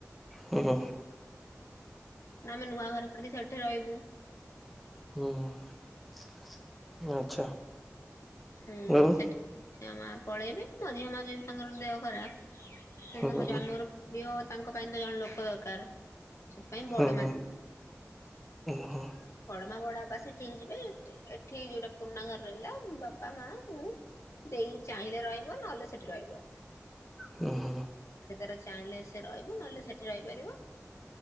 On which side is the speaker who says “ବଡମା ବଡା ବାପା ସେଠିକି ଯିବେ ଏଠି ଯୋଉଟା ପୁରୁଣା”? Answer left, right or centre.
Left